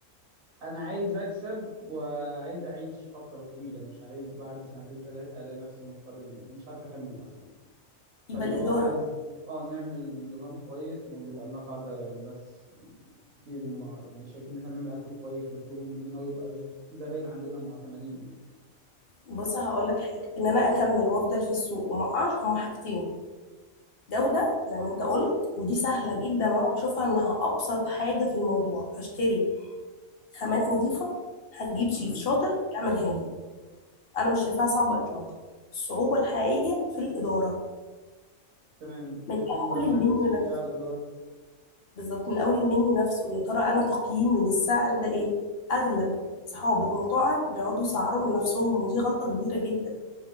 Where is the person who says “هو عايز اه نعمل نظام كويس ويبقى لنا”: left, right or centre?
Right